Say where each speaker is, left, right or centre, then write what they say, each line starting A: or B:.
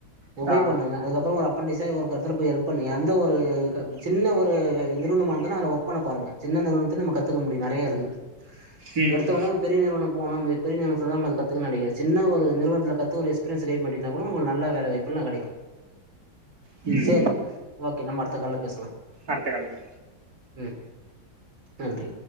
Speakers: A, on the right; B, on the right.
A: ஒபே
B: ஆ
A: பண்ணுங்க அதுக்கப்றோ ஒரு அப்பண்டிஸா ஒரு கருத்துல போய் ஹெல்ப் பண்ணு எந்த ஒரு க சின்ன ஒரு நிறுவனமா இருந்தாலு அல ஒர்க் பண்ண பாருங்க சின்ன நிறுவனத்துலயு நம்ம கத்துக்க முடியு நெறைய இருக்குது
B: ம்
A: எடுத்தோனே ஒரு பெரிய நிறுவனம் போனோன்னு பெரிய நிறுவனத்துல தா பாத்து கத்துகுனு நெனைக்காதீங்க சின்ன ஒரு நிறுவனத்துல கத்து ஒரு எஸ்பீரியன்ஸ் கெய்ன் பன்ட்டிங்கனா கூட உங்களுக்கு நல்ல வேலவாய்ப்பெல்லா கெடைக்கு
B: ம்
A: செரி ஓகே நம்ம அடுத்த கால்ல பேசலா
B: அடுத்த காலது
A: ம் நன்றி